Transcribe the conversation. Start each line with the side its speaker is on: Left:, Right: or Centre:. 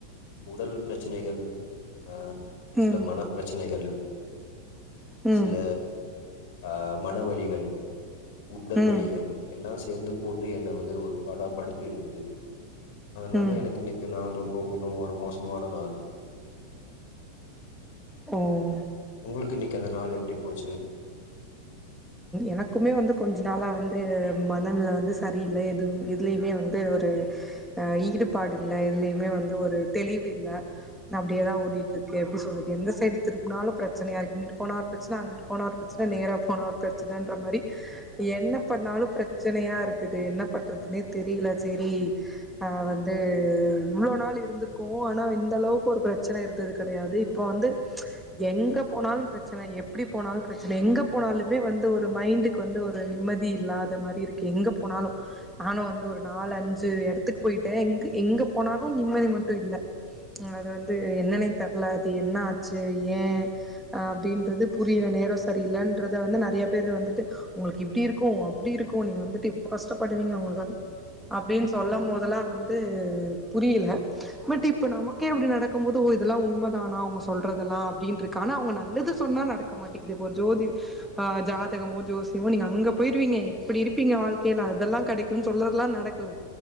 Left: உடல் பிரச்சனைகள் ஆ சில
Centre: ம்
Left: மனப் பிரச்சனைகள்
Centre: ம்
Left: சில ஆ மன வலிகள் உடல்
Centre: ம்
Left: வழிகள் எல்லாம் சேந்து போட்டு என்ன வந்து ஒரு பாாடா படுத்தி எடுக்குது அதனால
Centre: ம்
Left: எனக்கு இன்னைக்கு நாள் ரொம்ப மிகவும் ஒரு மோசமான நாள்
Centre: ஓ
Left: உங்களுக்கு இன்னைக்கி அந்த நாள் எப்டி போச்சு
Centre: எனக்குமே வந்து கொஞ்ச நாளா வந்து மனநல வந்து சரியில்ல எது எதுலேயுமே வந்து ஒரு ஹ ஈடுபாடு இல்ல இதுலயுமே வந்து ஒரு தெளிவு இல்ல அப்டியேதா ஓடிட்டு இருக்கு எப்டி சொல்றது எந்த சைடு திருப்பினாலு பிரச்சனை யாக்கு இங்கிட்டு போனா பிரச்சனை அங்கட்டு போன ஒரு பிரச்சனை நேரா போன ஒரு பிரச் ன்ற மாதிரி என்ன பண்ணாலு பிரச்சனையா இருக்குது என்ன பண்றதுன்னே தெரியல சேரி ஆஹ வந்து இவ்வளோவு நாள் இருந்திருக்கோ ஆனா இந்த அளவுக்கு ஒரு பிரச்சனை இருந்தது கெடையாது இப்ப வந்து எங்க போனாலு பிரச்சன எப்டி போனாலு பிரச்சன எங்க போனாலுமே வந்து ஒரு மைண்டுக்கு வந்து ஒரு நிம்மதி இல்லாத மாரி இருக்கு எங்க போனாலு நானு வந்து ஒரு நாலு அஞ்சு எடத்துக்கு போயிட்டே எங்க போனாலு நிம்மதி மட்டு இல்ல அது வந்து என்னனே தெர்ல து என்ன ஆச்சு ஏ அப்டின்றது புரிய நேர சரி இல்ன்றத வந்து நெறைய பேர் வந்துட்டு உங்களுக்கு இப்டி இருக்கு அப்டி இருக்கு நீங்க வந்துட்டு ப கஷ் படுவிங்க உங்க அப்டின்னு சொல்ல போதெல்லா வந்து புரியில பட் இப்ப நமக்கே அப்டி நடக்கும் போது ஓ இதெல்லா உண்மதானா அவங்க சொல்றதெல்லா அப்டின்னு இருக்கு ஆனா அவங்க நல்லது சொன்னா நடக்க மாட்டேக்குது இப்போ ஜோதி ஆஹ் ஜா புத்தகமோ ஜோசோ நீங்க அங்க போயிருவீங்க இப்டி இருப்பீங்க வாழ்க்கையில அதெல்லா கடைக்கு சொல்றதுல்லா நடக்கல